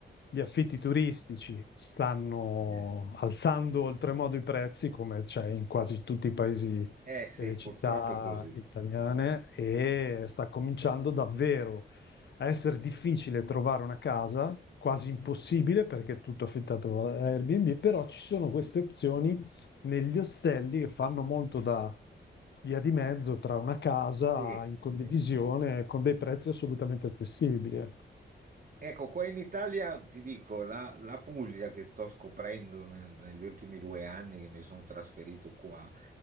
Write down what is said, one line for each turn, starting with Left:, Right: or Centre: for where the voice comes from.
Left: gli affitti turistici stanno
Right: Eh sì.
Left: alzando oltremodo i prezzi, come c'è in quasi tutti i paesi
Right: Eh sì,
Left: e le
Right: purtroppo
Left: città
Right: è così.
Left: italiane, e sta cominciando davvero a essere difficile trovare una casa, quasi impossibile perché è tutto affittato a Airbnb, però ci sono queste opzioni negli ostelli che fanno molto da via di mezzo tra una casa
Right: Sì,
Left: in condivisione
Right: sì, sì, sì.
Left: con dei prezzi assolutamente accessibili. ecco.
Right: Ecco, qua in Italia ti dico, la, la Puglia che sto scoprendo ne- negli ultimi due anni che mi sono trasferito qua,